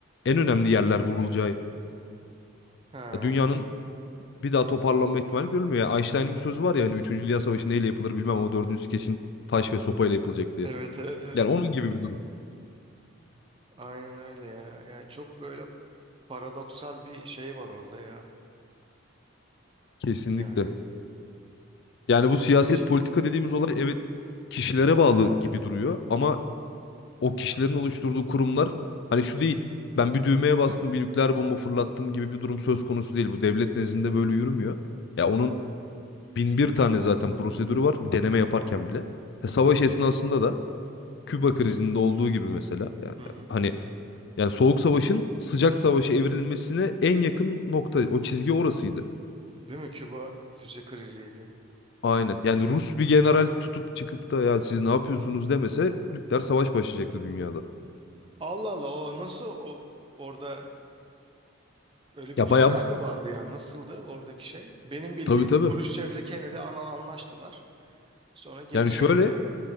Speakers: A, on the left; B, on the right.
A: en önemli yerler vurulacağı,
B: Ha.
A: dünyanın bir daha toparlanma ihtimali görülmüyor. Yani Einstein'ın bir sözü var ya hani 3. Dünya Savaşı neyle yapılır bilmem ama 4. kesin taş ve sopayla yapılacak diye.
B: Evet evet evet.
A: Yani onun gibi bir durum.
B: Aynen öyle ya. Ya çok böyle paradoksal bir şey var orada ya.
A: Kesinlikle.
B: Yani
A: Yani
B: Çok
A: bu siyaset
B: değişik.
A: politika dediğimiz olay evet kişilere bağlı gibi duruyor ama o kişilerin oluşturduğu kurumlar hani şu değil. Ben bir düğmeye bastım bir nükleer bomba fırlattım gibi bir durum söz konusu değil. Bu devlet nezdinde böyle yürümüyor. Ya
B: Hı
A: onun
B: hı.
A: bin bir tane zaten prosedürü var deneme yaparken bile. E,
B: Hı
A: savaş
B: hı.
A: esnasında da Küba krizinde olduğu gibi mesela yani,
B: Hı hı.
A: hani yani soğuk savaşın sıcak savaşa evrilmesine en yakın nokta o çizgi orasıydı.
B: Değil mi? Küba füze kriziydi.
A: Aynen. Yani Rus bir general tutup çıkıp da ya siz ne yapıyorsunuz demese nükleer savaş başlayacaktı dünyada.
B: Allah Allah o nasıl o orada öyle
A: Ya
B: bir general
A: bayağı bu-
B: mi vardı yani nasıldı oradaki şey? Benim bildiğim
A: tabii tabii.
B: Kuruşçev'le Kennedy ana- anlaştılar. Sonra geri
A: Yani
B: çekti
A: şöyle
B: yani.